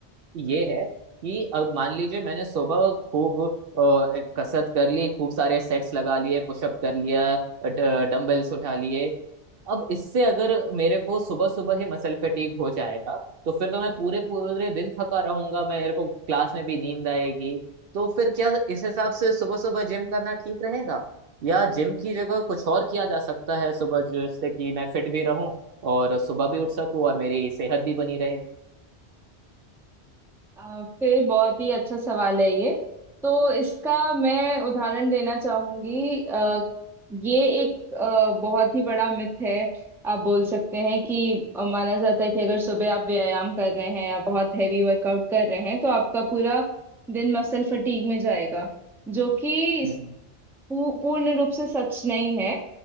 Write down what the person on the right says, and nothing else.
ये है कि अब मान लीजिए मैंने सुबह खूब अ, कसरत कर ली खूब सारे सेट्स लगा लिए पुशअप कर लिया डंबल्स उठा लिए अब इससे अगर मेरे को सुबह सुबह ही मसल फटीग हो जाएगा तो फिर तो मैं पूरे पूरे दिन थका रहूंगा मेरे को क्लास में भी नींद आएगी तो फिर क्या इस हिसाब से सुबह सुबह जिम करना ठीक रहेगा या जिम की जगह कुछ और किया जा सकता है सुबह जिससे कि मैं फिट भी रहूं और सुबह भी उठ सकूं और मेरी सेहत भी बनी रहे
हम्म हम्म,